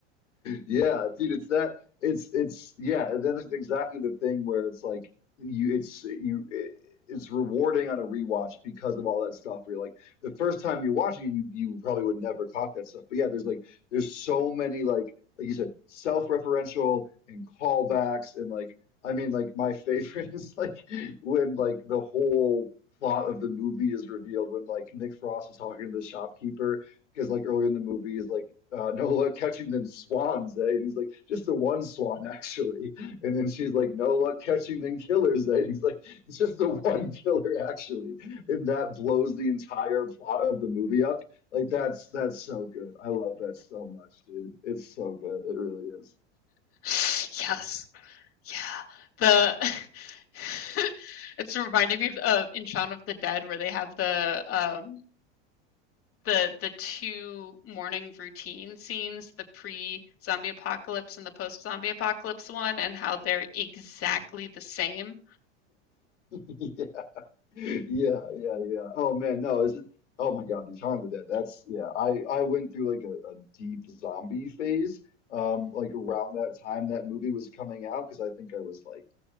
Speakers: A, on the left (about 85°); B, on the left (about 40°).
A: Yeah, dude, it's that it's it's yeah, and then it's exactly the thing where it's like you it's you it's rewarding on a rewatch because of all that stuff where you're like the first time you're watching it, you you probably would never clock that stuff. But yeah, there's like there's so many like like you said, self-referential and callbacks and like I mean like my favorite <laughs> is like when like the whole plot of the movie is revealed when like Nick Frost is talking to the shopkeeper because like earlier in the movie is like uh, <laughs> Nola catching them swans, eh? And he's like, just the one swan actually. And then she's like, no luck catching them killers, eh? And he's like, it's just the one killer actually. And that blows the entire plot of the movie up. Like that's that's so good. I love that so much, dude. It's so good. It really is.
B: <laughs> Yes. Yeah, the <laughs> it's reminding me of of in Shaun of the Dead where they have the, um, the the 2 morning routine scenes, the pre-zombie apocalypse and the post-zombie apocalypse one, and how they're exactly the same.
A: <laughs> Yeah. Yeah, yeah, yeah. Oh man, no, is it? Oh my God, these Shaun of the Dead. That's yeah. I I went through like a, a deep zombie phase. Um, like around that time that movie was coming out because I think I was like.